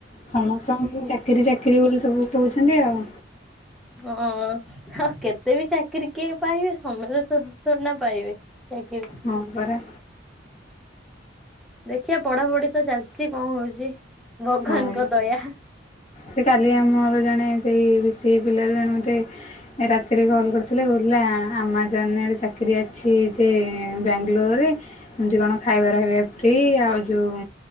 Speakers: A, on the left (about 35°); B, in the centre.
A: ସମସ୍ତଙ୍କୁ ଚାକିରି ଚାକିରି ବୋଲି ସବୁ କହୁଛନ୍ତି ଆଉ।
B: ହଁ। ଆଉ କେତେ ବି ଚାକିରି କିଏ ପାଇବେ ସମସ୍ତେ ତ ଥୋଡ଼ିନା ପାଇବେ ଚାକିରି।
A: ହଁ ପରା।
B: ଦେଖିବା ପଢାପଢି ତ ଚାଲିଛି କଣ ହଉଛି। ଭଗବାନଙ୍କ
A: ହଁ
B: ଦୟା।
A: ସେ କାଲି ଆମର ଜଣେ ସେଇ ବି ସି ଏ ପିଲାରୁ ଜଣେ ମତେ ରାତିରେ କଲ୍ କରିଥିଲେ କହୁଥିଲା ଆମାଜନରେ ଗୋଟେ ଚାକିରି ଅଛି ଯେ ବାଙ୍ଗାଲୋରରେ। ଏମତି କଣ ଖାଇବ ରହିବା ଫ୍ରି ଆଉ ଯୋଉ